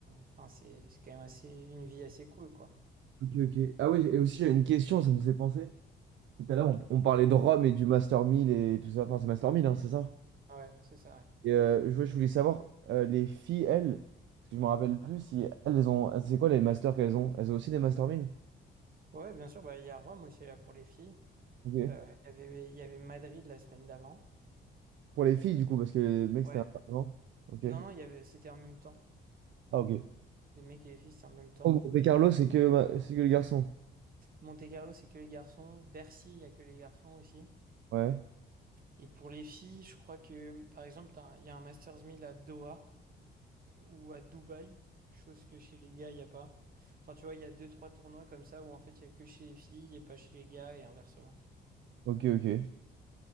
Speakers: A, on the right; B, on the right.
A: enfin c'est c'est quand même assez une vie assez cool, quoi.
B: Ok, ok. Ah oui, et aussi, j'ai une question, ça me fait penser. Tout à l'heure, on, on parlait de Rome et du Master 1000 et tout ça. Enfin, c'est Master 1000, hein, c'est ça?
A: Ouais, c'est ça. ouais.
B: Et euh, je, ouais, je voulais savoir, euh, les filles, elles, parce que je me rappelle plus, si elles ont. C'est quoi les masters qu'elles ont? Elles ont aussi des Master 1000?
A: Ouais, bien sûr, bah, il y a Rome aussi là pour les filles.
B: Ok.
A: Euh, Il y avait, il y avait Madrid la semaine d'avant.
B: Pour les filles, du coup, parce que les mecs,
A: Ouais.
B: c'était un. Non? Ok.
A: Non, non, il y avait, c'était en même temps.
B: Ah, ok.
A: Les mecs et les filles, c'est en même temps.
B: Oh, Monte Carlo, c'est que, ma- c'est que le garçon.
A: Monte-Carlo, c'est que les garçons. Bercy, il y a que les garçons aussi.
B: Ouais.
A: Et pour les filles, je crois que, par exemple, t'as un- il y a un Masters 1000 à Doha et- ou à Dubaï, chose que chez les gars, il n'y a pas. Enfin, tu vois, il y a deux, trois tournois comme ça où en fait, il y a que chez les filles et pas chez les gars et inversement.
B: Ok, ok.